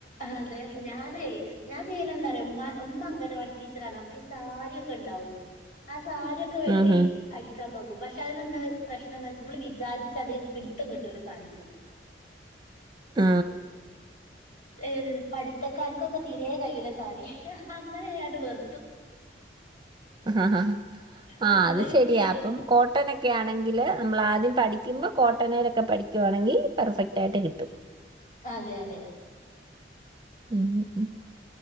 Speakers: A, on the left (about 45°); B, on the right (about 25°).
A: അതെ ഞാനെയ് ഞാൻ ചെയ്യല എന്താറിയോ അമ്മ അംഗൻവാടി ടീച്ചറാണ് അപ്പൊസാരി ക്കെ ഉണ്ടാവും അധ് സാരിക്കെ വെട്ടി
B: ആഹാ
A: അടിക്കാൻ നോക്കും ക്കും പക്ഷെ അതിനന്താ പ്രശ്നം എന്ന് വെച്ചാ നമ്മൾ വിചാരിച്ച്തിൽ പിട്ത്തം കിട്ടുലോ സാരിക്ക്
B: ആ
A: ഏ പഠിത്തക്കാർക്കൊക്കെ ീരെേ കഴൂല്ല സാരി അങ്ങനെട്ട് വെറ
B: ആഹ്
A: നല്ല
B: അത്
A: ഇഷ്ടായിരുന്നു
B: ശരിയാ അപ്പം കോട്ടെ ക്കെ ആണെങ്കിൽ നമ്മൾ ആദ്യം പഠിക്കുമ്പോ കോട്ടനയിലൊക്കെ പഠിക്കുവാണെങ്കിൽ പെർഫെക്റ്റ് ആയിട്ട് കിട്ടും
A: അതെ അതെ
B: ഉം ഉ ഉം